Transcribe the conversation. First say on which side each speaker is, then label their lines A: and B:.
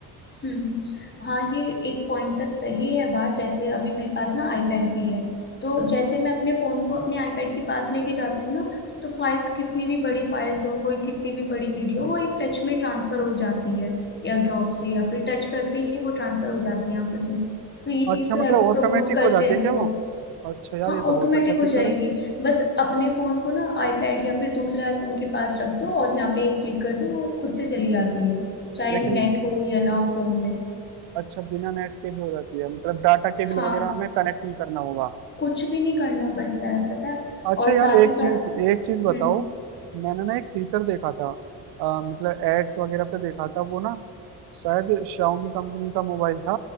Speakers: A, on the left (about 25°); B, on the right (about 75°).
A: हम्म हाँ ये एक पॉइंट तक सही है बात जैसे अभी मेरे पास ना आईपैड भी है तो जैसे मैं अपने फोन को अपने आईपैड के पास लेके जाती हूँ ना तो फाइल्स कितनी भी बड़ी फाइल्स हो कोई कितनी भी बड़ी वीडियो वो एक टच में ट्रांसफर हो जाती है या ड्रॉप से या फिर टच करते ही वो ट्रांसफर हो जाती है आपस में तो ये
B: अच्छा
A: चीज तो
B: मतलब
A: है वो
B: ऑटोमेटिक
A: प्रमोट करते
B: हो जाती
A: हैं
B: है
A: इसको
B: क्या वो अच्छा यार
A: हाँ
B: ये तो
A: ऑटोमेटिक
B: बहुत अच्छा फीचर
A: हो जाएगी
B: है
A: बस अपने फोन को ना आईपैड या फिर दूसरे आईफोन के पास रख दो और यहाँ पे एक क्लिक कर दो वो खुद से चली जाती है चाहे
B: लेकिन
A: नेट हो या ना हो फोन में
B: अच्छा बिना नेट के भी हो जाती है मतलब डाटा केबल
A: हाँ
B: वगैरह हमें कनेक्ट नहीं करना होगा
A: कुछ भी नहीं करना पड़ता है पता है
B: अच्छा
A: और
B: यार
A: साथ
B: एक
A: ही साथ
B: चीज एक चीज बताओ
A: हम्म
B: मैंने ना एक फीचर देखा था अ, मतलब एड्स वगैरह पे देखा था वो ना शायद शाओमी कंपनी का मोबाइल था